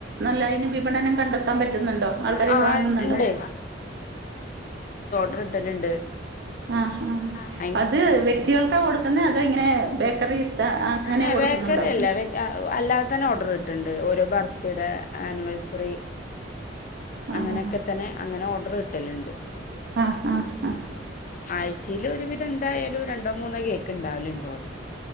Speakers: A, on the right; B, on the left.
A: നല്ല അതിന് വിപണനം കണ്ടെത്താൻ പറ്റുന്നുണ്ടോ? ആൾക്കാര്
B: ആഹ്
A: വാങ്ങുന്നുണ്ടോ?
B: ഇണ്ട് ട്ടല്ണ്ട്
A: ആഹ്
B: ആഹ്
A: അത് വ്യക്തികൾക്കാ കൊടുക്കുന്നേ അതോ ഇങ്ങനെ ബേക്കറീസ് അങ്ങനെ
B: ഏഹ്
A: കൊടുക്കുന്നുണ്ടോ
B: ബേക്കറി അല്ല അല്ലാതെ തന്നെ ഓർഡർ കിട്ടുണ്ട് ഓരോ ബർത്ത്ഡേ ആനിവേഴ്സറി അങ്ങനെയൊക്കെ
A: ആഹ്
B: തന്നെ അങ്ങനെ ഓർഡർ കിട്ടലുണ്ട്
A: ആഹ് ആഹ് ആഹ്
B: ആഴ്ചയിൽ ഒരുവിധം എന്തായാലും രണ്ടോ മൂന്നോ കേക്ക് ഉണ്ടാവല്ണ്ട്‌ ഓർഡർ